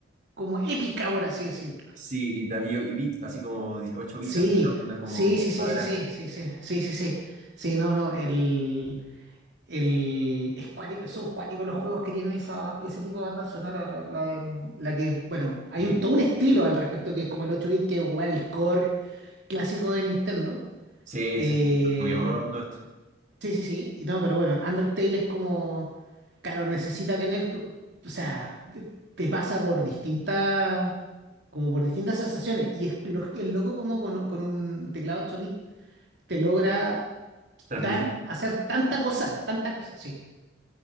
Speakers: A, on the right; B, on the right.
A: como épica, por así decirlo.
B: Sí, y, ta- y, y beat, así como 8 bits,
A: Sí,
B: así esta onda como
A: sí, sí, sí,
B: cuadrada.
A: sí, sí, sí, sí, sí, sí, sí. Sí, sí, no, no, el. El, es cuático- son cuáticos los juegos que tienen esa, ban- ese tipo de banda sonora, la, la em, la que, bueno, hay
B: Sí,
A: un- todo un estilo al respecto que es como el ocho bit que ocupar el core clásico de Nintendo.
B: sí,
A: Eh,
B: sí, sí, Pokémon, todo esto.
A: sí, sí, sí, y no, pero bueno, Undertale es como, claro, necesita tener, co- o sea, te, te pasa por distintas, como por distintas sensaciones, y es lo, el loco como con, con un teclado ocho bit te logra
B: Transmitir.
A: dar, hacer tanta cosa, tanta cosa, sí.